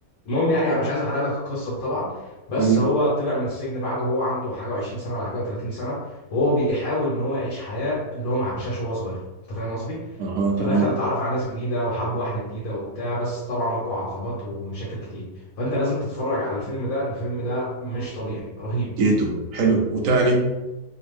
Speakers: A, on the left; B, on the right.
A: المهم يعني انا مش عايز احرق لك القصه طبعا بس
B: امم
A: هو طلع من السجن بعد وهو عنده حاجه و20 سنه ولا حاجه و30 سنه وهو بيحاول ان هو يعيش حياه اللي هو ما عاشهاش وهو صغير انت فاهم قصدي
B: اها تمام
A: فدخل اتعرف على ناس جديده وحب واحده جديده وبتاع بس طبعا واجهه عقبات ومشاكل كتير فانت لازم تتفرج على الفيلم ده الفيلم ده مش طبيعي رهيب
B: تيتو حلو وتاني